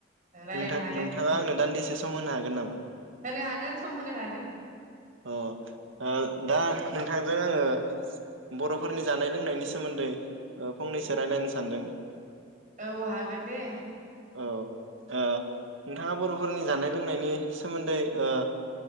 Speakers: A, on the right; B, on the right.
A: रायलायनो
B: नोंथ
A: हागोन
B: नोंथाङा आंनो दान्दिसे सम होनो हागोन नामा
A: होनो हागोन सम होनो हागोन
B: अ ओ दा नोंथांजों आङो बर'फोरनि जानाय लोंनायनि सोमोन्दै ओ फंनैसो रायलायनो सानदों
A: औ हागोन दे
B: औ ओ नोंथाङा बर'फोरनि जानाय लोंनायनि सोमोन्दै ओ